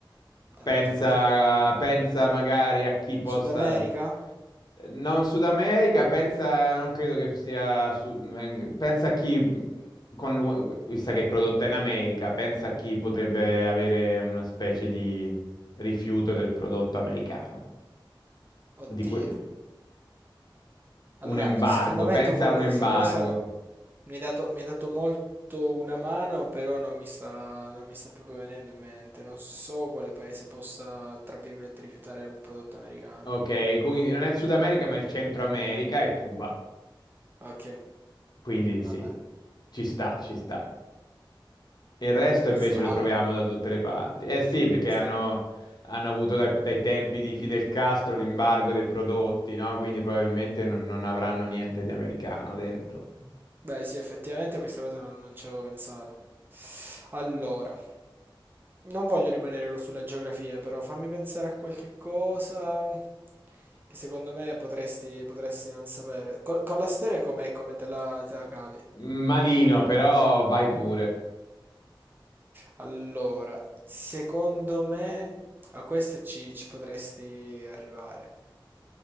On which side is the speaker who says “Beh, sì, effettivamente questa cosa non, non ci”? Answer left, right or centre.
Right